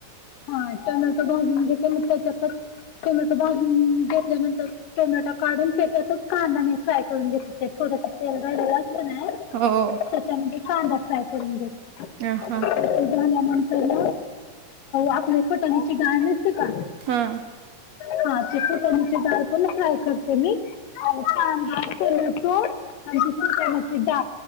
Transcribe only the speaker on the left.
हा टमॅटो भाजून घेत म त्याच्यातच टोमॅटो भाजून घेतल्यानंतर टोमॅटो काढून त्याच्यातच काढ मि फ्राय करून घेत थोडस तेल झारलेलं असतं ना
त्याच्यामध्ये कांदा फ्राय करून देते
ते झाल्यानंतर आपल्या फटाण्याची गाळ नसते का
हा चिक कनीची डाळ पण फ्राय करते मी ह चोर आणि तसची ळ